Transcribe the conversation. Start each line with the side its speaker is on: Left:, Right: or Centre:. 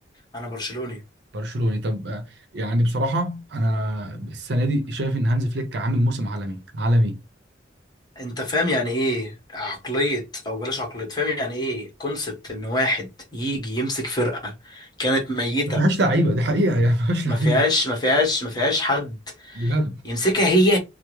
Left: انا برشلوني
Right: برشلوني طب آه، يعني بصراحه انا السنه دي شايف ان هانز فليك عامل موسم عالمي عالمي
Left: انت فاهم يعني ايه عقلية او بلاش عقلية فاهم يعني ايه كونسبت ان واحد يجي يمسك فرقة كانت ميتة
Right: ما فيهاش لعيبه دي حقيقه يعني ما فيهاش
Left: ما
Right: لعيبه
Left: فيهاش ما فيهاش ما فيهاش حد
Right: بجد
Left: يمسكها هي